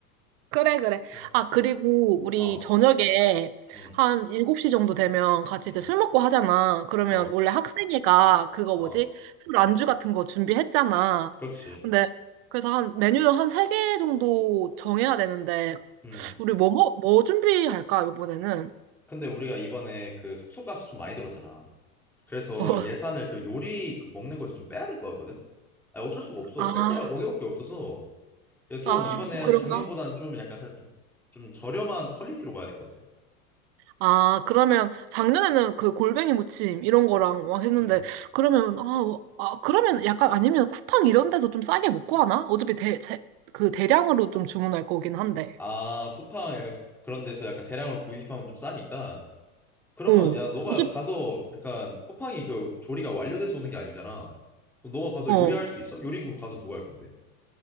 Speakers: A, on the right (about 40°); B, in the centre.
A: 그래, 그래.
B: 응.
A: 아, 그리고 우리
B: 어.
A: 저녁에
B: 음.
A: 한 7시 정도 되면 같이
B: 음.
A: 이제 술 먹고 하잖아. 그러면
B: 어.
A: 원래 학생회가 그거
B: 어.
A: 뭐지? 술 안주 같은 거 준비했잖아.
B: 그렇지.
A: 근데 그래서 한 메뉴는 한 3개 정도 정해야 되는데
B: 음.
A: 우리 뭐, 뭐, 뭐 준비할까, 이번에는?
B: 근데 우리가 이번에 그 숙소값이 좀 많이 들었잖아. 그래서
A: <laughs> 어.
B: 예산을 그 요리 그 먹는 거에서 좀 빼야 될 것 같거든. 아 어쩔 수가 없어.
A: 아,
B: 뺄 데가 거기밖에 없어서 좀
A: 아,
B: 이번에
A: 또 그런가?
B: 작년보다는 좀 약간 살- 좀, 좀 저렴한 퀄리티로 가야 될 것 같아.
A: 아, 그러면 작년에는 그 골뱅이 무침 이런 거랑 막 했는데
B: 음.
A: 그러면 아, 어, 아 그러면 약간 아니면 쿠팡 이런 데서 좀 싸게 못 구하나? 어차피 대, 제, 그 대량으로 좀 주문할 거긴 한데.
B: 아 쿠팡 약간 그런 데서 약간 대량으로 구입하면 좀 싸니까. 그러면
A: 어.
B: 야 너가
A: 어차피
B: 가서 약간 쿠팡이 그 조리가 완료돼서 오는 게 아니잖아. 그럼 너가 가서
A: 어.
B: 요리할 수 있어? 요리는 그럼 가서 누가 할 건데?